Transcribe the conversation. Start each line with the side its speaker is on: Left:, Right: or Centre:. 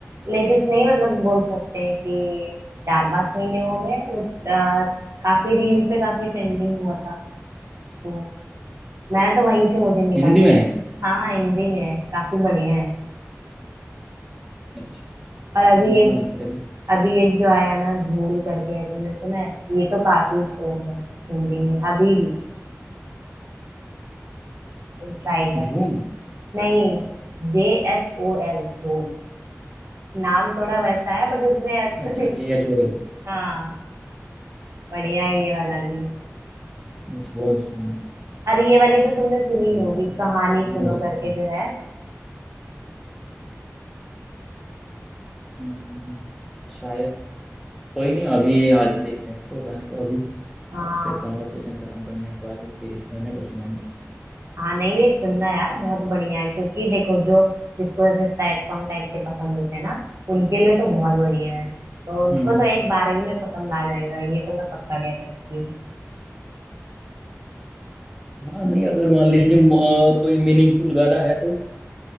Right: लेटेस्ट नहीं मतलब बोल सकते हैं कि चार पांच महीने हो गए वो अ, काफी रील पे काफी ट्रेंडिंग हुआ था तो मैं तो वहीं से मुझे मिला
Centre: हिंदी में है
Right: हाँ हिंदी में है काफी बढ़िया है
Centre: अच्छा
Right: और अभी
Centre: मैंने सुना
Right: एक
Centre: नहीं फिर अभी
Right: अभी एक जो आया ना झोल करके है तुमने सुना है ये तो काफी वो है ट्रेंडिंग में अभी भी है तुम ट्राई करना
Centre: झूम
Right: नहीं जे एच ओ एल झोल नाम थोड़ा वैसा है बट उसमें ऐस- <laughs>
Centre: अच्छा जी एच ओ एल
Right: हाँ बढ़िया है ये वाला भी
Centre: झोल सुन
Right: अरे ये वाली तो तुमने सुनी
Centre: कोई
Right: होगी
Centre: बात नहीं
Right: कहानी
Centre: हाँ
Right: सुनो
Centre: अभी
Right: करके
Centre: देखते हैं इसको
Right: जो है
Centre: हम्म, शायद कोई नहीं अभी आज ही देखते हैं इसको गाने को अभी
Right: हाँ
Centre: आपसे कॉन्वर्सेशन खत्म करने के बाद में फिर इस गाने को सुनेंगे
Right: हाँ नहीं नहीं सुनना यार बहुत बढ़िया है क्योंकि देखो जो जिसको ऐसे सैड सॉन्ग टाइप के पसंद होते हैं ना उनके लिए तो बहुत बढ़िया है तो उनको
Centre: हम्म
Right: तो एक बार ही में पसंद आ जाएगा ये तो मैं पक्का कह सकती हूँ
Centre: हाँ नहीं अगर मान लीजिए म- कोई मीनिंगफुल गाना है तो